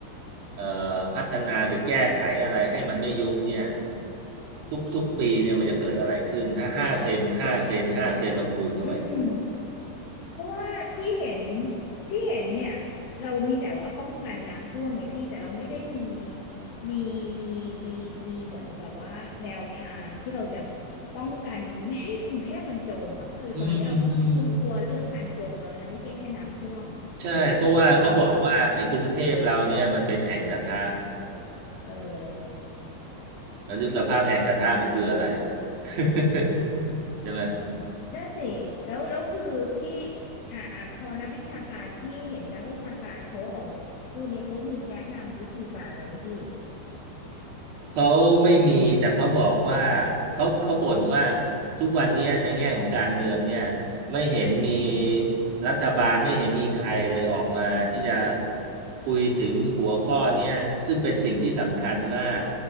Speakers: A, on the right; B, on the left.
A: เอ่อพัฒนาหรือแก้ไขอะไรให้มันไม่ยุบเนี่ยทุกทุกปีเนี่ยมันจะเกิดอะไรขึ้นถ้าห้าเซนห้าเซนห้าเซนลองคูณเข้าไป
B: อืม เพราะว่าที่เห็นที่เห็นเนี่ยเรามีแต่ว่าป้องกันน้ำท่วมไงพี่แต่เราไม่ได้มีมีมีมีมีเหมือนแบบว่าแนวทางที่เราจะป้องกันไม่ให้กรุงเทพมันจมอ่ะคือตอนนี้เรากลัวกลัวเรื่องการจมแล้วนะไม่ใช่แค่น้ำท่วมอ่ะ
A: อืมอืม ใช่เพราะว่าเขาบอกว่าไอ้กรุงเทพเราเนี่ยมันเป็นแอ่งกระทะ
B: เออเออ
A: แล้วนึกสภาพแอ่งกระทะมันคืออะไร <laughs> ใช่ไหม
B: นั่นสิแล้วแล้วคือพี่อ่าอ่าพอนักวิชาการพี่เห็นนักวิชาการเขาออกมาพูดเนี่ยเขามีแนะนำวิธีการอะไรไหมพี่
A: เขาไม่มีแต่เขาบอกว่าเขาเขาบ่นว่าทุกวันเนี้ยในแง่ของการเมืองเนี่ยไม่เห็นมีรัฐบาลไม่เห็นมีใครเลยออกมาที่จะคุยถึงหัวข้อเนี้ยซึ่งเป็นสิ่งที่สำคัญมาก